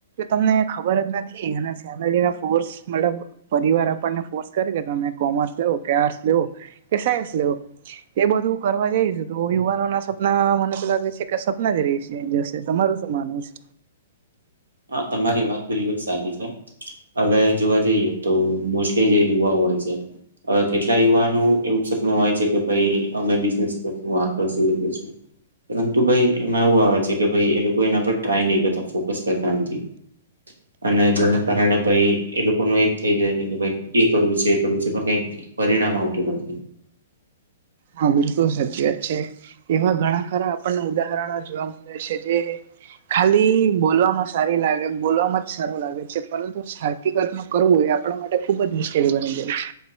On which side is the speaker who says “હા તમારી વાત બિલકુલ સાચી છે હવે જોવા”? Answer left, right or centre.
Right